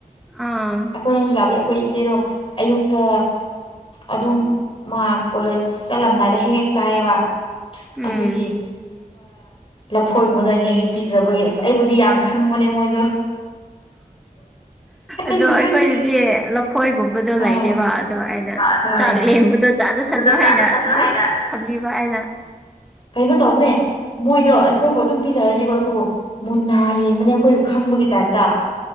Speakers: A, in the centre; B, on the left.
A: ꯑꯥ
B: ꯑꯩꯈꯣꯏꯔꯣꯝꯁꯨ ꯂꯥꯛꯄꯒꯤ ꯑꯩꯈꯣꯏ ꯏꯆꯦꯗꯣ ꯑꯌꯨꯛꯇ ꯑꯗꯨꯝ ꯃꯥ ꯀꯣꯂꯦꯖ ꯆꯠꯂꯝꯗꯥꯏꯗ ꯍꯦꯛ ꯆꯥꯏꯕ
A: ꯎꯝ
B: ꯑꯗꯨꯒꯤ ꯂꯐꯣꯏꯒꯨꯝꯕꯗ ꯑꯣꯏꯅ ꯍꯦꯛ ꯄꯤꯖꯕꯒꯤ ꯑꯁ ꯑꯩꯕꯨꯗꯤ ꯌꯥꯝ ꯈꯪꯕꯅꯦ ꯃꯣꯏꯗꯣ
A: ꯑꯗꯣ
B: ꯑꯩ
A: ꯑꯩꯈꯣꯏꯗꯗꯤ
B: ꯁꯪ
A: ꯂꯐꯣꯏꯒꯨꯝꯕꯗꯣ
B: ꯑꯥ
A: ꯂꯩꯔꯕ ꯑꯗꯣ ꯑꯩꯅ
B: ꯑꯗꯣ
A: ꯆꯥꯛ
B: ꯑꯩꯅ
A: ꯂꯦꯝꯕꯗ ꯆꯥꯖꯁꯅꯨ
B: ꯈꯪꯕꯗꯣ
A: ꯍꯥꯏꯅ
B: ꯆꯥꯖꯁꯅꯨ
A: ꯑꯗꯨꯝ
B: ꯍꯥꯏꯅ
A: ꯊꯝꯕꯤꯕ ꯑꯩꯅ
B: ꯀꯩꯅꯣ ꯇꯧꯕꯅꯦ ꯃꯣꯏꯗꯣ ꯑꯩꯈꯣꯏꯕꯨ ꯑꯗꯨꯝ ꯄꯤꯖꯔꯗꯤꯀꯣ ꯑꯩꯈꯣꯏꯕꯨ ꯃꯨꯟꯅ ꯌꯦꯡꯕꯅꯦ ꯑꯩꯈꯣꯏꯕꯨꯪ ꯀꯨꯝ ꯀ ꯇꯠꯇ